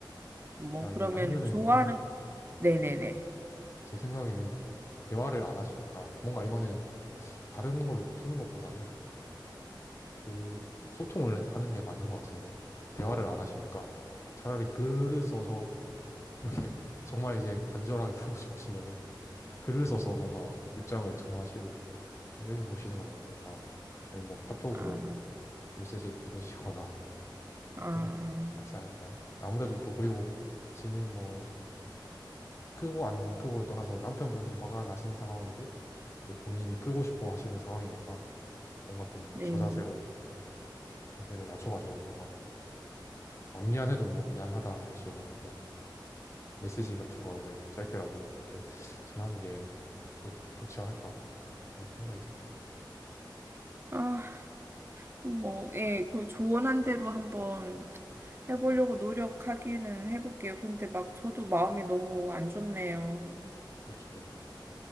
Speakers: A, on the right (about 30°); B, on the left (about 35°).
A: 뭐,
B: 그냥
A: 그러면
B: 이게 아니면은
A: 좋아하는,
B: 그냥 네,
A: 네네네.
B: 제 생각에는 대화를 안 하시니까 뭔가 이거는 다른 걸로 푸는 것보다는 그 소통을 하는 게 맞는 것 같은데 대화를 안 하시니까 차라리 글을 써서 <laughs> 이렇게 정말 이제 간절하게 풀고 싶으시면은 글을 써서 뭔가 입장을 전하시고 이렇게 보시는 건 어떨까? 아니면 뭐 카톡으로
A: 아,
B: 메시지를 보내시거나
A: 아,
B: 그런 게 낫지 않을까요? 아무래도 또 그리고 지금 뭐 크고 안 크고를 떠나서 남편분이 화가 나신 상황이고 이제 본인이 풀고 싶어 하시는 상황이니까 뭔가 좀
A: 네.
B: 저자세로 자세를 낮춰가지고 뭔가 안 미안해도 뭐 미안하다 이런 식으로 그냥 메시지 같은 거를 짧게라도 이렇게 전하는 게 좋, 좋지 않을까 그런 생각이 드네요.
A: 아, 뭐, 예, 그 조언한 대로 한번 해보려고 노력하기는 해볼게요. 근데 막 저도 마음이 너무 안 좋네요.
B: 그쵸.